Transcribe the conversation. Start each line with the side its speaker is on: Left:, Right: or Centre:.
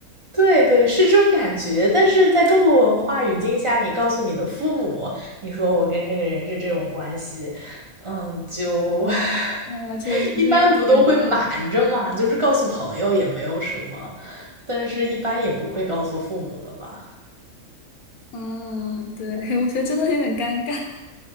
Right: 对对，是这种感觉。但是在中国文化语境下，你告诉你的父母，你说我跟这个人是这种关系，嗯，就 <laughs>
Left: 啊，确实是有点尴
Right: 一般不都会瞒着嘛，就是告诉朋友也没有什么，但是一般也不会告诉父母的吧。
Left: 嗯，对，<laughs> 我觉得真的有点尴尬。<laughs>